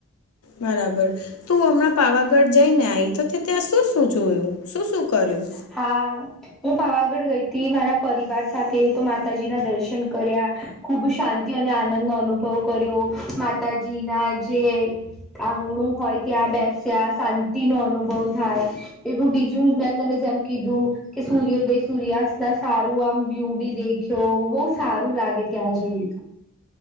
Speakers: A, on the left (about 80°); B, in the centre.
A: બરાબર તું હમણાં પાવાગઢ જઈને આઈ તો ત્યાં શું શું જોયું? શું -શું કરીયું
B: હા હું પાવાગઢ ગઈ હતી મારા પરિવાર સાથે તો માતાજી ના દર્શન કર્યા ખૂબ શાંતિ અને આનંદનો અનુભવ કર્યો માતાજી ના જે આંગણું હોય ત્યાં બેસ્યા શાંતિ નો અનુભવ થાય એવું બીજું તને જેમ કીધું કે સૂર્યોદય સૂર્યાસ્ત સારું આમ વ્યુ બી દેખ્યો બહુ સારું લાગે ત્યાં જઈએ તો